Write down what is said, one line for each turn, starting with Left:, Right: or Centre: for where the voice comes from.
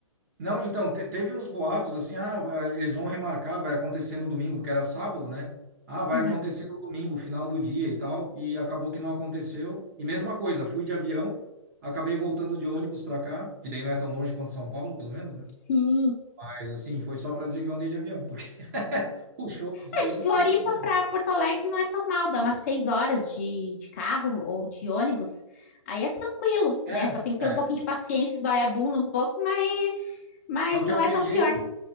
Right: Não, então, te- teve uns boatos assim, ah, vai- eles vão remarcar, vai acontecer no domingo, que era sábado, né? Ah, vai
Left: Aham.
Right: acontecer no domingo, final do dia e tal, e acabou que não aconteceu. E mesma coisa, fui de avião, acabei voltando de ônibus para cá, que daí não é tão longe quanto São Paulo, pelo menos, né?
Left: Sim.
Right: Mas assim, foi só para dizer que eu andei de avião, porque <laughs> o show em si
Left: É, de
Right: não,
Left: Floripa
Right: não aconteceu.
Left: pra Porto Alegre não é tão mal, dá umas seis horas de, de carro ou de ônibus. Aí é tranquilo,
Right: É,
Left: né? Só tem que
Right: é.
Left: ter um pouquinho de paciência, dói a bunda um pouco, mas, mas
Right: Só que
Left: não
Right: eu
Left: é
Right: peguei,
Left: tão pior.